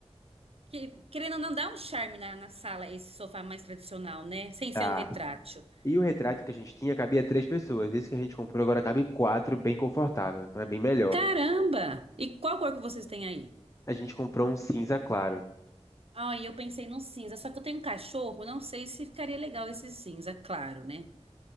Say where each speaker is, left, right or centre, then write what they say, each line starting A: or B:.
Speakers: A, on the right (about 65°); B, on the left (about 30°).
A: Que, querendo ou não, dá um charme na, na sala esse sofá mais tradicional, né? Sem
B: Dá.
A: ser o retrátil.
B: E o retrato que a gente tinha cabia três pessoas. Esse que a gente comprou agora cabe quatro, bem confortável. Então é bem melhor.
A: Caramba! E qual cor que vocês têm aí?
B: A gente comprou um cinza claro.
A: Ai, eu pensei num cinza, só que eu tenho um cachorro, não sei se ficaria legal esse cinza, claro, né?